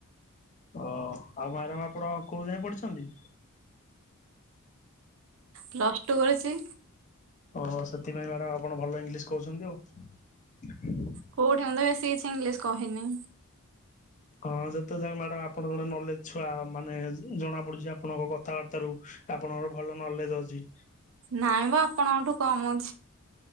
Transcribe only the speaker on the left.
ଓ ଆଉ ମାରାମ ଆପଣ କୋଉ ଯାଏ ପଢ଼ିଛନ୍ତି।
ଓ ସେଥିପାଇଁ ମ୍ୟାଡ଼ାମ ଆପଣ ଭଲ ଇଂଲିଶ କହୁଛନ୍ତି ଆଉ।
ହଁ ଯେତେ ଯା ମ୍ୟାଡାମ ଆପଣଙ୍କ ଜଣେ ନଲେଜ ଛୁଆ ମାନେ ଜଣା ପଡୁଛି ଆପଣଙ୍କ କଥାବାର୍ତ୍ତା ରୁ। ଆପଣଙ୍କର ଭଲ ନଲେଜ ଅଛି।